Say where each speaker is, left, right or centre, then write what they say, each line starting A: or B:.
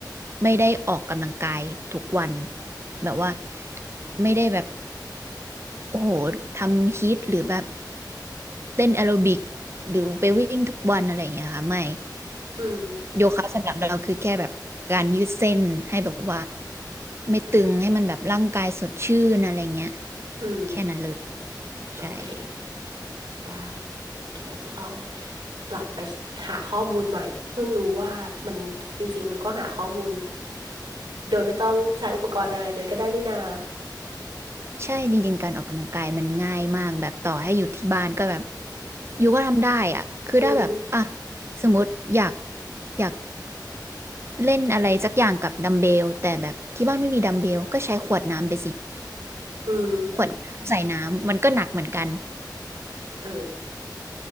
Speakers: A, on the right; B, on the right.
A: ไม่ได้ออกกำลังกายทุกวันแบบว่าไม่ได้แบบโอ้โหทำฮีทหรือแบบเต้นแอโรบิกหรือไปวิ่งทุกวันอะไรอย่างเงี้ยค่ะไม่
B: อืม
A: โยคะสำหรับเราคือแค่แบบการยืดเส้นให้แบบว่าไม่ตึงให้มันแบบร่างกายสดชื่นอะไรเงี้ย
B: อืม
A: แค่นั้นเลย
B: โอเค
A: ใช่
B: ได้เดี๋ยวเราจะต้องกลับไปหาข้อมูลใหม่เพิ่งรู้ว่ามันจริงๆมันก็หาข้อมูลโดยไม่ต้องใช้อุปกรณ์อะไรเลยก็ได้นี่นา
A: ใช่จริงๆการออกกำลังกายมันง่ายมากแบบต่อให้อยู่ที่บ้านก็แบบอยู่ก็ทำได้อ่ะคือได้แบบอ่ะ
B: อืม
A: สมมติอยากอยากเล่นอะไรสักอย่างกับดัมเบลแต่แบบที่บ้านไม่มีดัมเบลก็ใช้ขวดน้ำไปสิ
B: อืม
A: ขวดน้ำใส่น้ำมันก็หนักเหมือนกัน
B: เออ